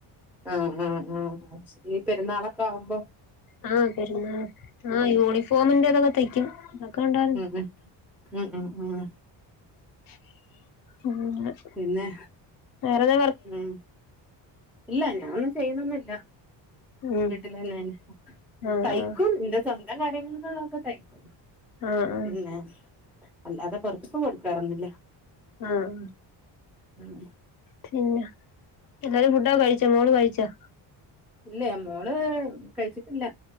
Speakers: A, in the centre; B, on the left (about 50°).
A: ആഹ് ആഹ് ആഹ് ച്റിയ പെരുന്നാളൊക്കവുമ്പോ
B: ആ പെരുന്നാൾ ആ യൂണിഫോമിന്റേ ഇതൊക്ക തയ്ക്കും ഉണ്ടായിരുന്നു
A: ആഹ് ആഹ് ആഹ്
B: <unintelligible>
A: പിന്നെ
B: വേറെ
A: ഉം ഇല്ല ഞാൻ ഒന്നും ചെയ്യുന്നൊന്നും ഇല്ല
B: ഉം
A: വീട്ടിലന്നെണ്
B: ആഹ്
A: തയ്ക്കും
B: ആഹ്
A: ഇന്റെ സ്വ ന്തം കാര്യങ്ങൾക്കിള്ളതൊക്കെ തയ്ക്കും
B: ആഹ് ആഹ്
A: പിന്നെ അല്ലാതെ പൊർ ത്തു കൊടുക്കാറൊന്നുല്ല
B: ആഹ്
A: ഉം
B: പിന്നെ എല്ലാരും ഫുഡൊക്കെ കഴിച്ച ച്ചാ മോള് കഴിച്ചോ?
A: ഇല്ല മോള് കഴിച്ചിട്ടില്ല